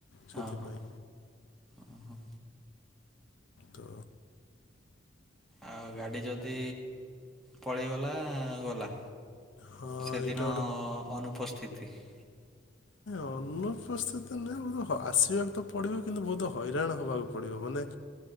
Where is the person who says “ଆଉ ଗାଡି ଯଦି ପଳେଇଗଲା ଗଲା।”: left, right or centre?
Centre